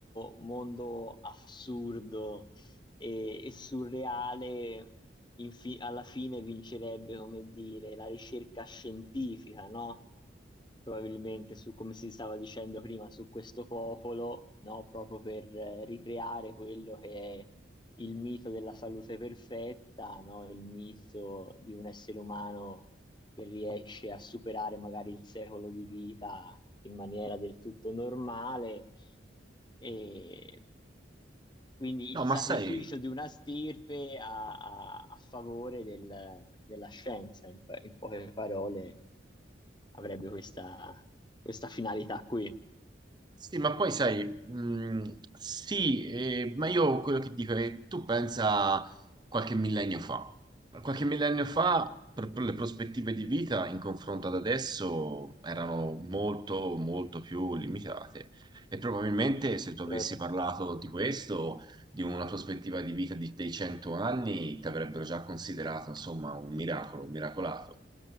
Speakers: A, on the left; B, on the right.
A: mondo assurdo e, e surreale, infi- alla fine vincerebbe, come dire, la ricerca scientifica, no? probabilmente su, come si stava dicendo prima, su questo popolo, no? Proprio per eh, ricreare quello che è il mito della salute perfetta, no? Il mito di un essere umano che riesce a superare magari il secolo di vita in maniera del tutto normale e quindi
B: No,
A: il
B: ma
A: sacrificio
B: sai.
A: di una stirpe a, a- a favore del- della scienza, in, po- in poche parole avrebbe questa, questa finalità qui.
B: Sì, ma poi sai, mh, sì, eh, ma io quello che dico è che tu pensa qualche millennio fa. Qualche millennio fa, per, per le prospettive di vita in confronto ad adesso erano molto, molto più limitate. E probabilmente se tu avessi
A: Certo,
B: parlato di questo, di una prospettiva di vita di, dei 100 anni, ti avrebbero già considerato, insomma, un miracolo, un miracolato.